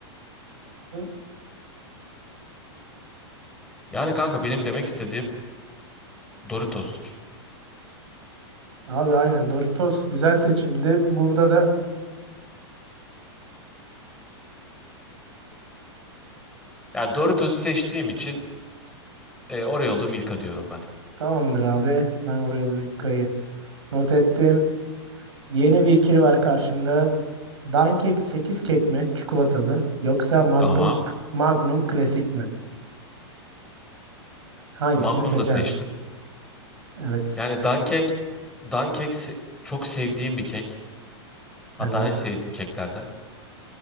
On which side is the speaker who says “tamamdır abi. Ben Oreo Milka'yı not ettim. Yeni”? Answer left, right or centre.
Right